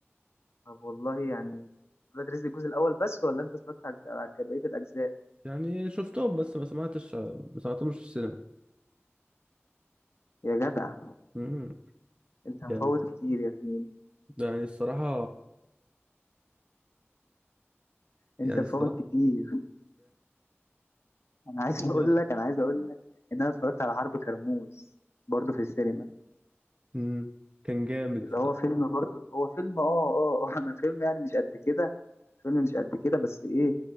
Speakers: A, on the left; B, on the right.
A: طب والله يعني ولاد رزق الجزء الاول بس ولا انت اتفرجت على على بقيه الاجزاء
B: يعني شفتهم بس ما سمعتش ما سمعتهمش في السينما
A: يا جدع
B: مم.
A: انت مفوت
B: كان
A: كتير يا زميلي
B: يعني الصراحة
A: انت
B: يعني
A: فاهم
B: الصراحة
A: كتير انا عايز
B: <laughs>
A: اقول لك انا عايز اقول لك ان انا اتفرجت على حرب كرموز برضه في السينما
B: مم. كان جامد
A: اللي
B: بصراحة.
A: هو فيلم برضه هو فيلم اه اه آه، <laughs> انا فيلم يعني مش قد كده فيلم مش قد كده بس ايه